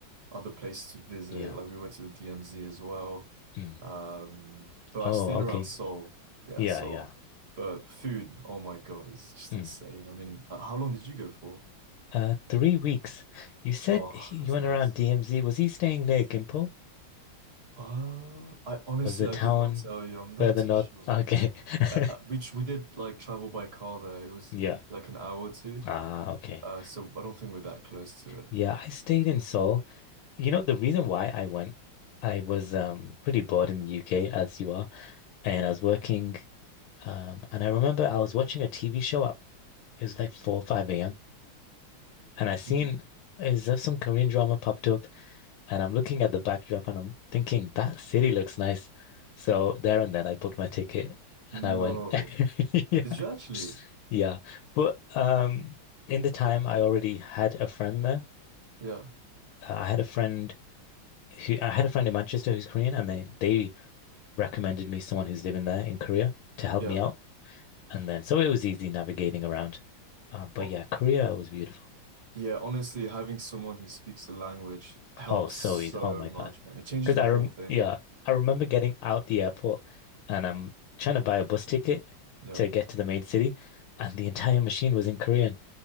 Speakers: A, on the right (about 30°); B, on the left (about 80°).
A: other places to visit.
B: Yeah.
A: Like we went to the DMZ as well.
B: Mm.
A: Um but
B: Oh,
A: I stayed
B: okay.
A: around Seoul. Yeah,
B: Yeah,
A: Seoul.
B: yeah.
A: But food, oh my God, it's just
B: Mm.
A: insane. I mean, h- how long did you go for?
B: Uh, three weeks. You said
A: Oh,
B: he, you
A: that's
B: went
A: nice.
B: around DMZ. Was he staying near Gimpo?
A: Uh, I honestly
B: Was the
A: I
B: town
A: could not tell you. I'm not
B: further
A: <laughs> too
B: north?
A: sure.
B: Okay. <laughs>
A: Uh, uh, we we did like travel by car there. It was
B: Yeah.
A: maybe like an hour or two.
B: Ah, okay.
A: Uh, so I don't think we're that close to it.
B: Yeah, I stayed in Seoul. You know, the reason why I went, I was um pretty bored in the UK as you are, and I was working um and I remember I was watching a TV show at It was like 4 or 5 a.m. And I seen
A: hmm
B: is there some Korean drama popped up and I'm looking at the backdrop and I'm thinking that city looks nice. So there and then I booked my ticket
A: No.
B: and I went. <laughs> Yeah.
A: Did you actually?
B: Yeah. But um in the time I already had a friend there.
A: Yeah.
B: Uh, I had a friend who I had a friend in Manchester who's Korean and they they recommended me someone who's living there in Korea to help
A: Yeah.
B: me out. And then so it was easy navigating around. Uh, but
A: Oh,
B: yeah, Korea was beautiful.
A: yeah. Honestly, having someone who speaks the language helps
B: Oh, so
A: so
B: easy. Oh my
A: much,
B: God.
A: man. It changes
B: Because
A: the
B: I
A: whole
B: rem
A: thing.
B: yeah, I remember getting out the airport and I'm trying to buy a bus ticket
A: Yeah.
B: to get to the main city and the entire machine was in Korean